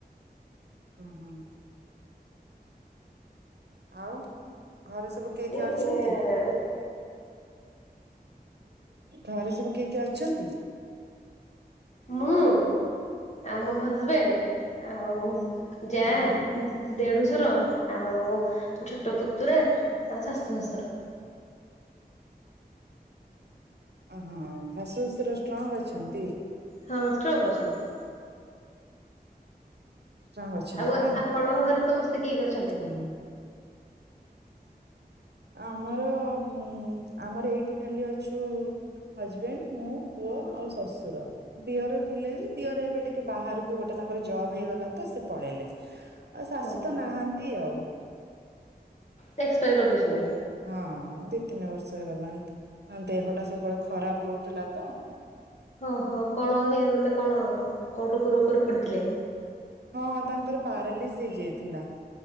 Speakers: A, on the right; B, on the left.
A: ହଁ ହଁ। ଆଉ, ଘରେ ସବୁ
B: ହେଲାନି
A: କିଏ କିଏ ଅଛନ୍ତି? ଘରେ ସବୁ କିଏ କିଏ ଅଛନ୍ତି?
B: ମୁଁ, ଆଉ ମୋ ହଜବେଣ୍ଡ, ଆଉ ଜା
A: ଆଜ୍ଞା
B: ଦେଡୁଶୁର, ଆଉ ଛୋଟ ପୁତୁରା, ଆଉ ଶାଶୁ ଶ୍ୱଶୁର।
A: ଓହୋ, ଶାଶୁ ଶଶୁର ଷ୍ଟ୍ରଙ୍ଗ ଅଛନ୍ତି।
B: ହଁ, ଷ୍ଟ୍ରଙ୍ଗ ଅଛନ୍ତି।
A: ଷ୍ଟ୍ରଙ୍ଗ ଅଛନ୍ତି
B: ଆଉ,
A: ନା
B: ଆପଣଙ୍କ ଘରେ ସମସ୍ତେ କିଏ କିଏ ଅଛନ୍ତି?
A: ଉଁ ଆମର ମ ଆମର ଏଇଠି ଖାଲି ଅଛୁ ହଜବେଣ୍ଡ, ମୁଁ, ପୁଅ, ଆଉ ଶଶୁର। ଦିଅର ଥିଲେ ଯେ, ଦିଅର ଏବେ ଟିକେ ବାହାରକୁ ଗୋଟେ ତାଙ୍କର ଜବ୍ ହେଇଗଲା ତ ସେ ପଳେଇଲେ। ଆଉ ଶାଶୁ
B: ଓହୋ।
A: ତ ନାହାନ୍ତି ଆଉ।
B: ସେ ଏକ୍ସପାରି କରି ଯାଇଛନ୍ତି।
A: ହଁ ଦି ତିନି ବର୍ଷ ହେଇଗଲାଣି, ତାଙ୍କ ଦେହଟା ସବୁବେଳେ ଖରାପ ରହୁଥିଲା ତ।
B: ଓ ହୋ କଣ ହେ ମାନେ କଣ କଉ ରୋଗ ରୋଗରେ ପଡ଼ିଥିଲେ?
A: ହଁ ତାଙ୍କର ପାରାଲିସ୍ ହେଇଯାଇଥିଲା।